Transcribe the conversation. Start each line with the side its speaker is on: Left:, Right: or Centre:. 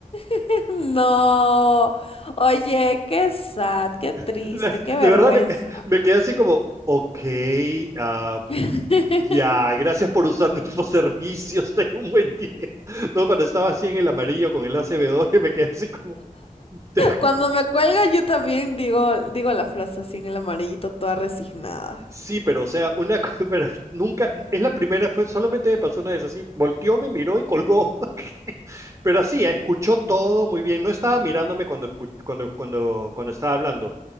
Left: <laughs> No. Oye, qué sad, qué triste,
Right: <laughs> De
Left: qué vergüenza.
Right: de verdad, me, me quedé así como, ok, ah,
Left: <laughs>
Right: ya, gracias por usar <laughs> nuestros servicios, tengo un buen día. No, cuando estaba así en el amarillo con el acb y me quedé así como, <laughs> te-
Left: Cuando me cuelga, yo también digo, digo la frase así en el amarillito, toda resignada.
Right: sí, pero o sea, una, co- <laughs> pero nunca, es la primera, fue, solamente me pasó una vez así, volteó, me miró y colgó. <laughs> Pero así, escuchó todo muy bien. No estaba mirándome cuando, escu- cuando, cuando, cuando estaba hablando.